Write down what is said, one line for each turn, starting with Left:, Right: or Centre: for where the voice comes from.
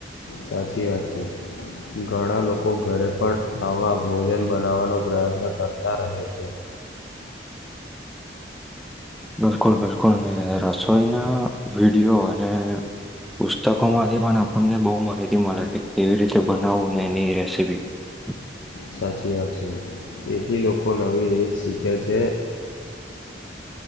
Left: સાચી વાત છે. ઘણા લોકો ઘરે પણ આવા, ભોજન બનાવવાનો પ્રયત્ન કરતા રહે છે.
Centre: <inaudible> બિલકુલ, બિલકુલ મેં રસોઈના વિડીિયો અને પુસ્તકો, માંથી પણ આપણને બહુ માહિતી, મળે કે કેવી રીતે બનાવવું ને એની રેસીપી હ
Left: સાચી વાત છે, એથી લોકો નવી રીત શીખે છે.